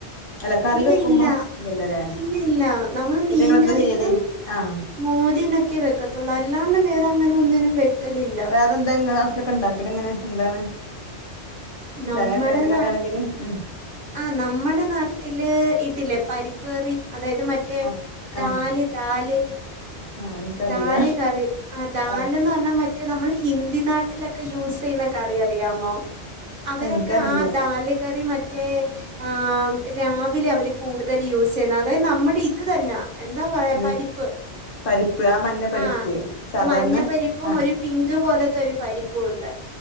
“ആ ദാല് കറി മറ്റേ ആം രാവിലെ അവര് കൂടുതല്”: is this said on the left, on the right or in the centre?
Right